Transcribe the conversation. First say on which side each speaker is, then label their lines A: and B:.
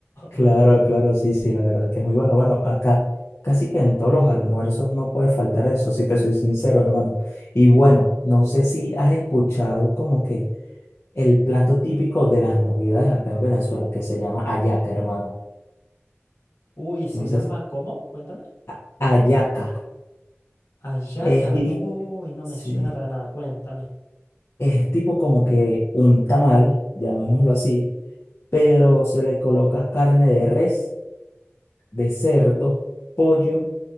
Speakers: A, on the left; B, on the left.
A: Claro,
B: <laughs>
A: claro, sí, sí, la verdad que es muy bueno. Bueno, acá casi que en todos los almuerzos no puede faltar eso, si te soy sincero, hermano. Y bueno, no sé si has escuchado como que el plato típico de las navidades acá en Venezuela, que se llama hallaca, hermano.
B: Uy, ¿se
A: Entonces,
B: llama cómo? Cuéntame.
A: a- hallaca
B: Ayaca.
A: es, di-
B: Uy, no
A: sí,
B: me suena para nada. Cuéntame.
A: es tipo como que un tamal, llamémoslo así, pero se le coloca carne de res, de cerdo, pollo